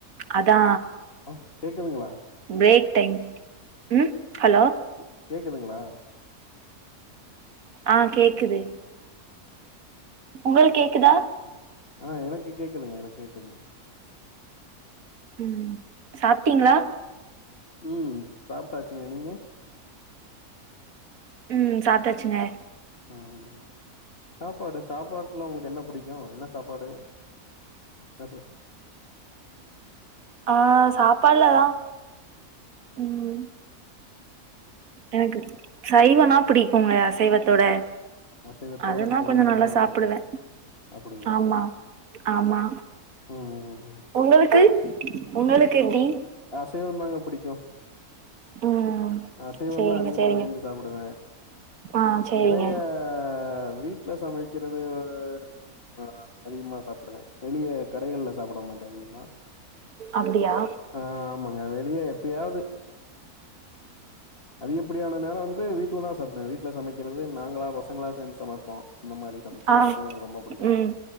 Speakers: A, on the right (about 65°); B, on the left (about 40°).
A: அதா
B: ஒ கேக்குதுங்களா
A: ப்ரேக் டைம் ம் ஹலோ
B: கே கேக்குதுங்ளா
A: ஆ கேக்குது உங்கள் கேக்குதா
B: ஆ எனக்கு கேக்குதுங்க எனக் கேக்குதுங்க
A: ம் சாப்பிட்டீங்களா
B: ம் சாப்ட்டாச்சுங்க நீங்க
A: ம் சாப்ட்டாச்சுங்க
B: ஹும் சாப்பாடு சாப்பாட்ல உனக்கு என்ன புடிக்யு என்ன சாப்பாடு பேச
A: ஆ சாப்பால்லதா ம் எனக்கு சைவன்னா பிடிக்குங்க அசைவத்தோட
B: அசைவத்த
A: அதுனா
B: விட சைவம்னா
A: கொஞ்ச நல்லா சாப்பிடுவ
B: புடிக்குங்க அப்டிங்களா
A: ஆமா ஆமா
B: ம்
A: உங்களுக்கு உங்களுக்கு எப்டி
B: சைவந்தாங்க புடிக்கு
A: ம்
B: அசைவந்தா
A: சேரிங்க
B: அதிகமா
A: சேரிங்க
B: விரும்பி சாப்டுவே
A: ஆ சேரிங்க
B: நெறைய வீட் வீட்ல சமைக்கிறது ஆ அதிகமா சாப்டுவே வெளிய கடைகள்ல சாப்ட மாட்ட அதிகமா
A: அப்டியா
B: ஆ ஆமாங்க வெளிய எப்பயாவது அதிகப்படியான நேர வந்து வீட்ல தா சாப்டுவே வீட்ல சமைக்கிறது நாங்களா பசங்களா சேந்து சமப்போ அந்த மாரி சமைச்சு
A: ஆ
B: சாப்புறது எனக்கு ரொம்ப புடிக்கு
A: ம்